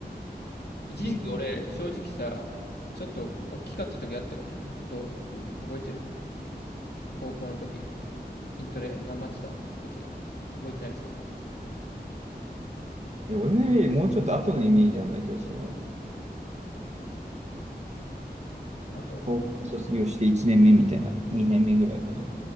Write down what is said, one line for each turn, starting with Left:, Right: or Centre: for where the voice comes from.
Left: 一時期俺、
Right: うんうん。うんうん。い
Left: 正直さ、ちょっと大きかった時あったよね。どう覚えてる高校の時、筋トレ頑張ってた時、覚えてないですか
Right: や、俺のイメージ、もうちょっと後のイメージなんだけど、その、
Left: あと、
Right: 高校卒業して1年目みたいな、2年目ぐらいかな。